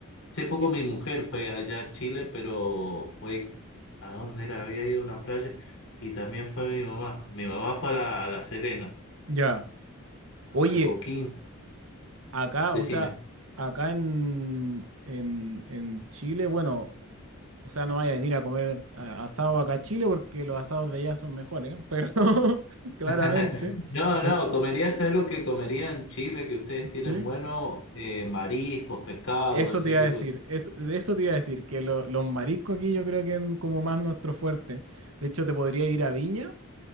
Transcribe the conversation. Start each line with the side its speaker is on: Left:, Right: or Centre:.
Left: Hace poco
Right: Eh,
Left: mi mujer fue allá a Chile, pero fue a dónde era, había ido a una playa y también fue mi mamá. Mi mamá fue a La, a La Serena,
Right: Ya.
Left: o
Right: Oye,
Left: sea, a Coquimbo.
Right: acá,
Left: Decime.
Right: o sea, acá en, en, en Chile, bueno, o sea, no vaya a venir a comer a- asado acá a Chile porque los asados de allá son mejores, ¿eh? Pero <laughs> claramente.
Left: <laughs> No,
Right: eh,
Left: no, comería, ¿sabes lo que comería en Chile que ustedes
Right: Sí.
Left: tienen bueno? Eh, mariscos, pescados,
Right: Eso te
Left: ese
Right: iba
Left: tipo
Right: a decir,
Left: de cosas.
Right: eso, de eso te iba a decir, que lo- los mariscos aquí yo creo que es como más nuestro fuerte. De hecho, te podría ir a Viña